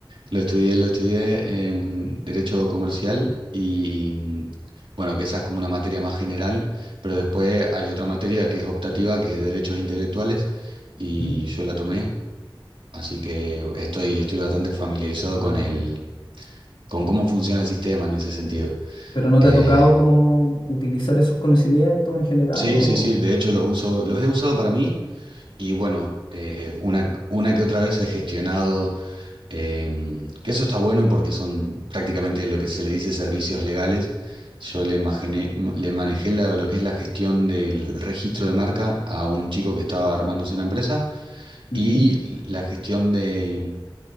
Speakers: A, on the right (about 85°); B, on the left (about 80°).
A: Lo estudié, lo estudié en Derecho Comercial y bueno, que esa es como una materia más general, pero después hay otra materia que es optativa, que es Derechos Intelectuales, y
B: Ujú.
A: yo la tomé, así que estoy, estoy bastante familiarizado
B: Ah,
A: con el,
B: ya.
A: con cómo funciona el sistema en ese sentido.
B: ¿Pero no
A: Eh,
B: te ha tocado como utilizar esos conocimientos en general
A: sí,
B: o...?
A: sí, sí, de hecho los uso, los he usado para mí y bueno, eh, una, una que otra vez he gestionado Em, que eso está bueno porque son prácticamente lo que se le dice servicios legales. Yo le, imaginé- le manejé la- lo que es la gestión del registro de marca a un chico que estaba armándose una empresa
B: Ujú.
A: y la gestión de...